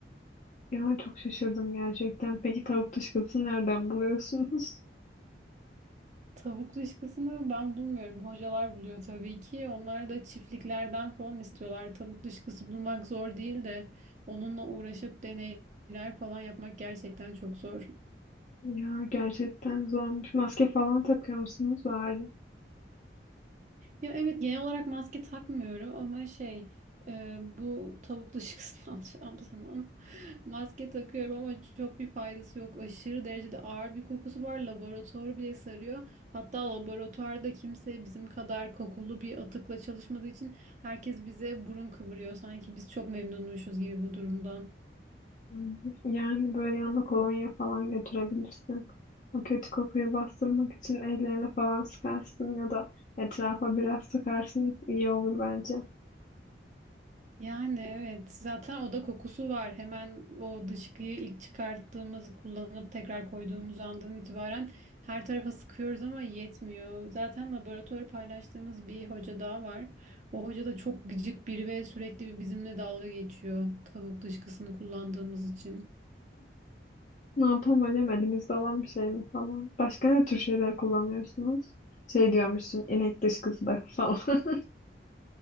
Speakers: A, on the left; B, on the right.
A: Ya çok şaşırdım gerçekten. Peki tavuk dışkısını nereden buluyorsunuz?
B: Tavuk dışkısını ben bulmuyorum. Hocalar buluyor tabii ki. Onlar da çiftliklerden falan istiyorlar. Tavuk dışkısı bulmak zor değil de onunla uğraşıp deneyler falan yapmak gerçekten çok zor.
A: <laughs> Ya gerçekten zormuş. Maske falan takıyor musunuz bari?
B: Ya evet genel olarak maske takmıyorum ama şey e, bu tavuk dışı kısmını <laughs> alacağım zaman maske takıyorum ama çok bir faydası yok. Aşırı derecede ağır bir kokusu var. Laboratuvar bile sarıyor. Hatta laboratuvarda kimse bizim kadar kokulu bir atıkla çalışmadığı için herkes bize burun kıvırıyor. Sanki biz çok memnunmuşuz gibi bu durumdan.
A: Hı hı. Yani böyle yanında kolonya falan götürebilirsin. O kötü kokuyu bastırmak için ellerine falan sıkarsın ya da etrafa biraz sıkarsın iyi olur bence.
B: Yani evet zaten oda kokusu var. Hemen o dışkıyı ilk çıkarttığımız, kullanıp tekrar koyduğumuz andan itibaren her tarafa sıkıyoruz ama yetmiyor. Zaten laboratuvarı paylaştığımız bir hoca daha var. O hoca da çok gıcık biri ve sürekli bir bizimle dalga geçiyor tavuk dışkısını kullandığımız için.
A: Ne yapalım hocam elimizde olan bir şey mi falan. Başka ne tür şeyler kullanıyorsunuz? Şey diyormuşsun inek dışkısı da falan. <laughs>